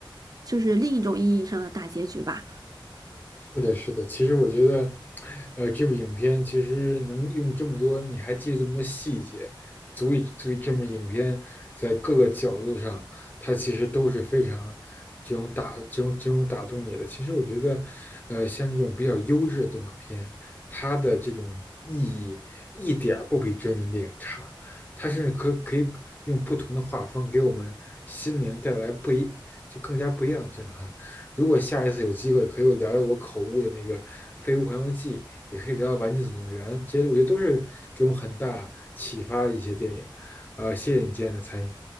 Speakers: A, on the right (about 45°); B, on the left (about 20°).
A: 就是另一种意义上的大结局吧。
B: 是的，是的。其实我觉得，呃，这部影片其实能用这么多，你还记得这么多细节，足以足以证明影片在各个角度上，它其实都是非常这种打这种这种打动你的。其实我觉得，呃，像这种比较优质的动画片，它的这种意义一点儿不比真人电影差，它甚至可可以用不同的画风给我们心灵带来不一就更加不一样的震撼。如果下一次有机会，可以我聊聊我口误的那个《飞屋环游记》，也可以聊聊《玩具总动员》，这些我觉得都是给我们很大启发的一些电影。呃，谢谢你今天的参与。